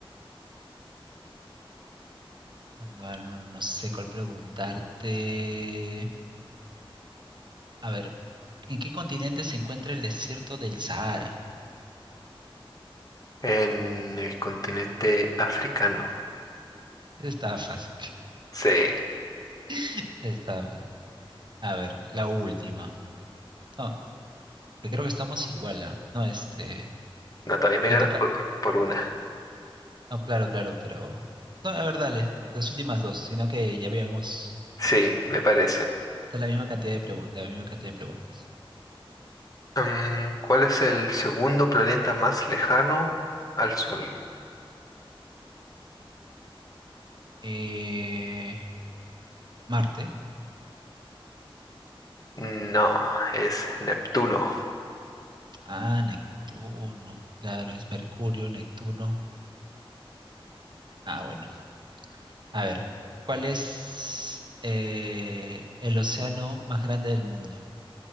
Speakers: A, on the right (about 55°); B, on the left (about 40°).
A: no, no no sé cuál preguntarte. A ver, ¿en qué continente se encuentra el desierto del Sahara?
B: En el continente africano.
A: Está fácil.
B: Sí.
A: <laughs> Está fácil. A ver, la última. No, que creo que estamos igual, ¿ah? No, este.
B: No, todavía me ganas
A: Me toca.
B: por, por una.
A: No, claro, claro, pero. No, a ver, dale, las últimas dos, sino que ya habíamos.
B: Sí, me parece.
A: eh, Es la misma cantidad de pregu- la misma cantidad de preguntas.
B: Mm, ¿cuál es el segundo planeta más lejano al Sol?
A: Eh, Marte.
B: No, es Neptuno,
A: Ah, Neptuno. Claro, es Mercurio, Neptuno. Ah, bueno. A ver, ¿cuál es eh, el océano más grande del mundo?